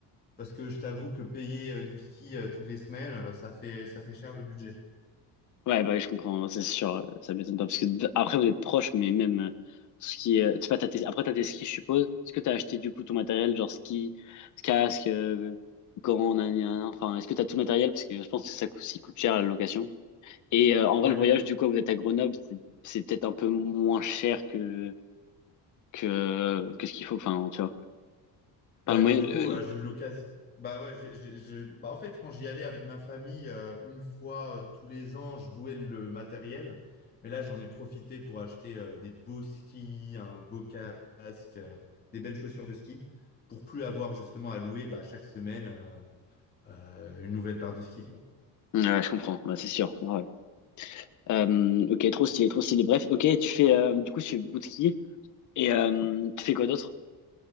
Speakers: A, on the left (about 25°); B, on the left (about 50°).
A: Parce que je t'avoue que payer euh, du ski euh, toutes les semaines, euh, ça fait, ça fait cher le budget.
B: Ouais, bah, oui, je comprends, hein, c'est sûr, euh, ça m'étonne pas, parce que d- après, vous êtes proches, mais même, euh, ce qui est, euh, tu sais pas, t'as tes, après, t'as tes skis, je suppose. Est-ce que t'as acheté, du coup, ton matériel, genre ski, casque, euh, gants, nan, nan, nan, enfin, est-ce que t'as tout le matériel? Parce que je pense que ça coûte, ça coûte cher, la location. Et, euh, en vrai,
A: Ouais.
B: le voyage, du coup, vous êtes à Grenoble, c'est c'est peut-être un peu moins cher que, que, que ce qu'il faut, enfin, tu vois. Enfin,
A: Ouais,
B: le moyen,
A: ben du
B: le-
A: coup, euh, j'ai eu l'occasion. Bah ouais, j'ai, j'ai- j'ai- bah, en fait, quand j'y allais avec ma famille, euh, une fois euh, tous les ans, je louais le matériel. Mais là, j'en ai profité pour acheter euh, des beaux skis, un beau casque, euh, des belles chaussures de ski, pour plus avoir justement à louer bah, chaque semaine euh, euh, une nouvelle paire de skis.
B: le- ouais, je comprends, bah, c'est sûr, ouais. Euh, ok, trop stylé, trop stylé. Bref, ok, tu fais, euh, du coup, tu fais bout de ski, et, euh, tu fais quoi d'autre?